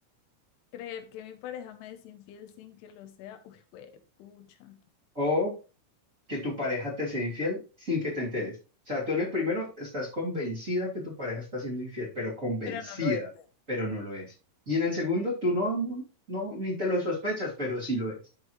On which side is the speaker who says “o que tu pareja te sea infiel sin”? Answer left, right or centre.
Right